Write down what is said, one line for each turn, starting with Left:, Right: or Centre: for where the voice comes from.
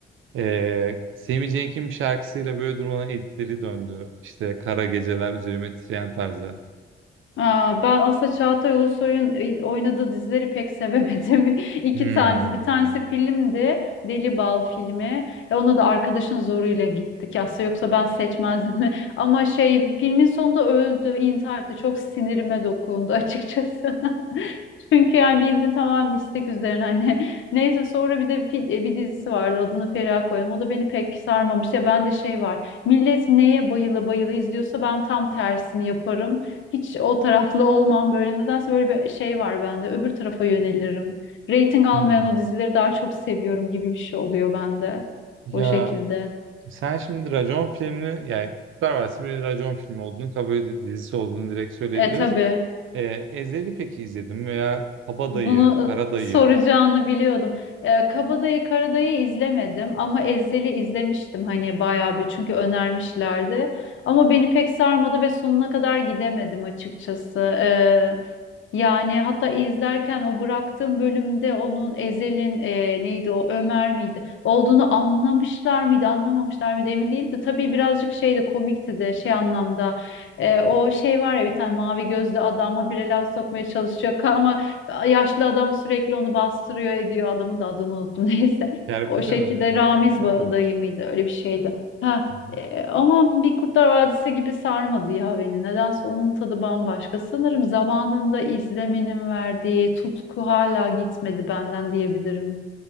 Right: eee Sami Cenk'in bir şarkısıyla böyle durmadan editleri döndü. İşte Kara Geceler Üzerime Titreyen tarzı.
Left: Aa, ben aslında Çağatay Ulusoy'un e, oynadığı dizileri pek sevemedim. <laughs> İki
Right: Hmm.
Left: tanesi. Bir tanesi filmdi. Deli Bal filmi. Ya ona da arkadaşın zoruyla gittik. Aslında yoksa ben seçmezdim. <laughs> Ama şey filmin sonunda öldü, intihar etti. Çok sinirime dokundu açıkçası. <laughs> Çünkü yani bildiğin tamamen istek üzerine hani. <laughs> Neyse sonra bir de bir, fil- e, bir dizisi vardı. Adını Feriha koydum. O da beni pek sarmamıştı. Ya bende şey var. Millet neye bayıla bayıla izliyorsa ben tam tersini yaparım. Hiç o taraflı olmam böyle. Nedense böyle bir şey var bende. Öbür tarafa yönelirim. Rating almayan
Right: Hmm.
Left: o dizileri daha çok seviyorum gibi bir şey oluyor bende.
Right: Ya
Left: O şekilde.
Right: sen şimdi racon filmini yani Kurtlar Vadisi bir racon filmi olduğunu kabul ed- dizisi olduğunu direkt söyleyebiliriz.
Left: E tabii.
Right: Eee Ezel'i peki izledim veya Kabadayı,
Left: Bunu
Right: Karadayı
Left: soracağını biliyordum. E, Kabadayı Karadayı izlemedim ama Ezhel'i izlemiştim hani bayağı bir çünkü önermişlerdi. Ama beni pek sarmadı ve sonuna kadar gidemedim açıkçası. E, Yani hatta izlerken o bıraktığım bölümde onun Ezel'in e, neydi o Ömer miydi olduğunu anlamışlar mıydı anlamamışlar mıydı emin değilim de tabii birazcık şey de komikti de şey anlamda e, o şey var ya bir tane mavi gözlü adam habire laf sokmaya çalışıyor ka- ama yaşlı adam sürekli onu bastırıyor ediyor adamın da adını unuttum <laughs> neyse
Right: Kerpeten
Left: o şekilde
Right: Ali
Left: Ramiz
Right: ben
Left: ba-
Right: de.
Left: dayı mıydı öyle bir şeydi. Ha,
Right: Hı hı.
Left: e, ama bir Kurtlar Vadisi gibi sarmadı ya beni. Nedense onun tadı bambaşka. Sanırım zamanında izlemenin verdiği tutku hala gitmedi benden diyebilirim.